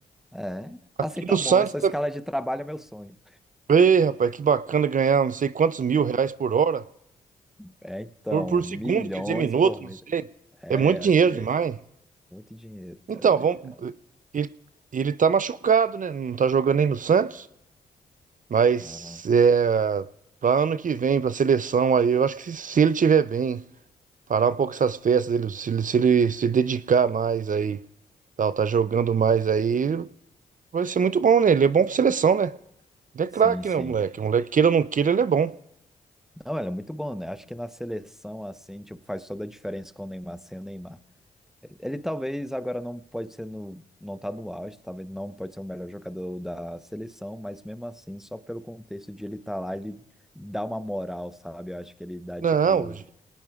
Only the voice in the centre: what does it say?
É,
assim tá
bom. Essa escala de trabalho é meu sonho.
É, então,
milhões
por
mês.
É,
acho que deve
ser muito dinheiro, tá
doido?
né?
Caramba.
Sim,
sim.
Não, ela é muito bom, né? Acho que na seleção, assim, tipo, faz toda a diferença com o Neymar, sem o Neymar. Ele talvez agora não pode ser no, não tá no auge, talvez não pode ser o melhor jogador da seleção, mas mesmo assim, só pelo contexto de ele estar lá, ele dá uma moral, sabe? Eu acho que ele dá
tipo,